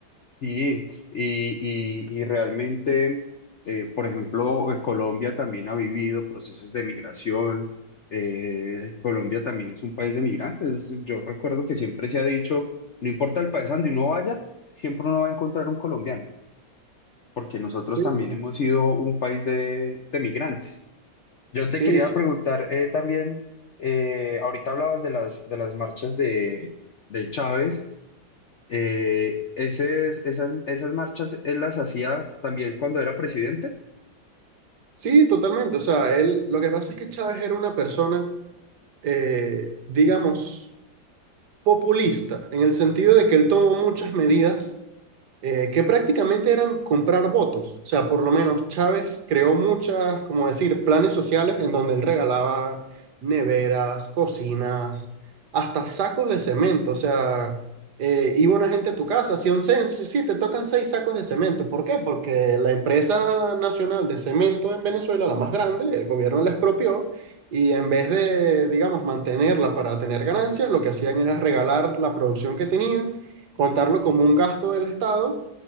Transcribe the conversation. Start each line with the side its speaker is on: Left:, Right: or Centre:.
Left: Sí, y, y, y realmente, eh, por ejemplo, eh, Colombia también ha vivido procesos de migración. eh, Colombia también es un país de migrantes. Yo recuerdo que siempre se ha dicho, no importa el país a donde uno vaya, siempre uno va a encontrar un colombiano, porque nosotros
Right: Sí,
Left: también
Right: sí.
Left: hemos sido un país de, de migrantes. Yo
Right: Sí,
Left: te quería
Right: sí.
Left: preguntar eh, también, eh, ahorita hablabas de las, de las marchas de, de Chávez eh, ese es- esas, esas marchas él las hacía también cuando era presidente.
Right: Sí, totalmente. O sea, él, lo que pasa es que Chávez era una persona, eh, digamos, populista, en el sentido de que él tomó muchas medidas eh, que prácticamente eran comprar votos. O sea, por lo menos Chávez creó muchas, como decir, planes sociales en donde él regalaba neveras, cocinas, hasta sacos de cemento. O sea, eh, iba una gente a tu casa, hacía un censo, y sí, te tocan seis sacos de cemento. ¿Por qué? Porque la empresa nacional de cemento en Venezuela, la más grande, el gobierno la expropió. Y en vez de, digamos, mantenerla para tener ganancias, lo que hacían era regalar la producción que tenían contarlo como un gasto del Estado